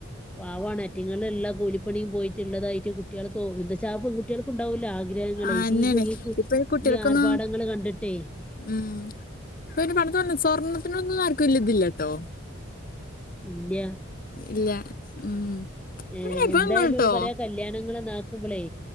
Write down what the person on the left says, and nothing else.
ആന്നെയാണ്
ഇപ്പൊ കുട്ടികൾക്കൊന്നും
ഉം ഇപ്പൊ പണ്ടത്തോലൊന്നും സ്വർണ്ണത്തിനൊന്നും ആർക്കും ല്ലിതില്ലാട്ടോ
ഇല്ല ഉം
പിന്നെ ഇപ്പങ്ങട്ടോ